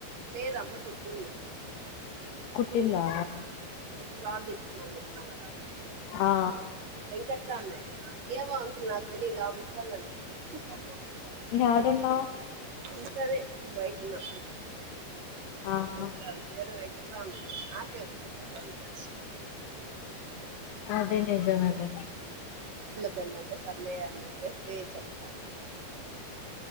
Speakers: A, on the right; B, on the left.
A: లేదు అమ్మ కుట్టింది
B: కుట్టిందా
A: ప్రార్థచ్చింద అని చెప్పిన కదా
B: ఆ ఆ
A: వెంకట్రాం రెడ్ ఏమో అంకుల్ నాకు తెలిదు ఆ ముసలడు <unintelligible>
B: యాడున్నావ్
A: ఇంట్లదే బయట ఉన్నా
B: ఆహా
A: నువ్వే రా నియర్ వెంకట రామ్ రెడ్డి <unintelligible>
B: అది నిజమేలె
A: వెన్నంటే సండే అని చెప్పేసి సేస్ చొప్తా